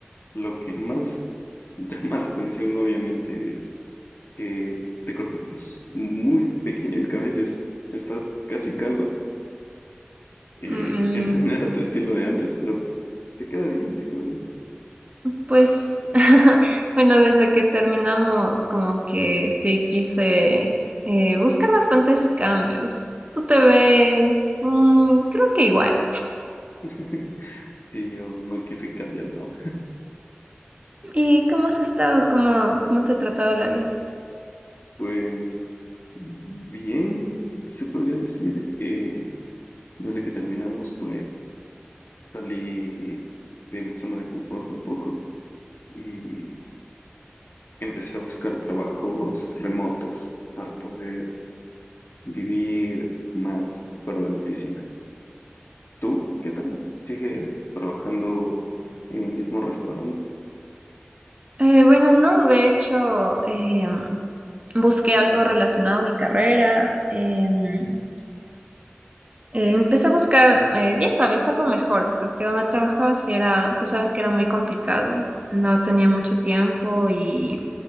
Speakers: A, on the left; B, on the right.
A: lo que más <laughs> llama la atención, obviamente, es que te cortaste s- muy pequeño el cabello, es- estás casi calva. Eh,
B: Mm,
A: <laughs> ese no era tu estilo de antes, pero te queda bien, te queda bien.
B: pues, <laughs> bueno, desde que terminamos, como que sí quise eh, buscar bastantes cambios. Tú te ves, mm, creo que igual.
A: <laughs> Sí, yo no quise cambiar nada.
B: ¿Y cómo has estado? ¿Cómo, cómo te ha tratado la vida?
A: Pues. Bien, se podría decir. eh, desde que terminamos, pues salí de mi zona de confort un poco y empecé a buscar trabajos remotos para poder vivir más afuera de la oficina. ¿Tú qué tal? ¿Sigues trabajando en el mismo restaurante?
B: Eh, bueno, no, de hecho, em, busqué algo relacionado a mi carrera. em, Eh, empecé a buscar, eh, ya sabes, algo mejor, porque donde trabajaba sí era, tú sabes que era muy complicado, no tenía mucho tiempo y,